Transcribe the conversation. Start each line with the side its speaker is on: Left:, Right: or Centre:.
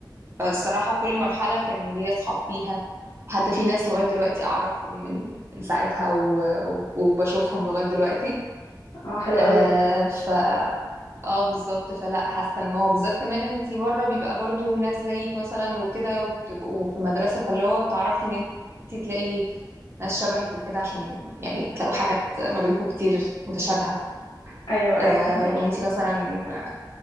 Right: فالصراحة في كل مرحلة كان ليا أصحاب فيها حتى في ناس لغاية دلوقتي أعرفهم من من ساعتها و... و- وبشوفهم لغاية دلوقتي
Left: اه حلو
Right: آه،
Left: قوي
Right: ف اه بالظبط فلا حاسه ان هو بالذات كمان انتي بره بيبقى برضو ناس زيك مثلا وكده وبتبقوا في المدرسه فاللي هو بتعرفي ان انتي تلاقي ناس شبهك وكده عشان يعني بتلاقوا حاجات ما بينكم كتير متشابهه
Left: ايوه ايوه
Right: آه
Left: فهماكي
Right: وانتي مثلا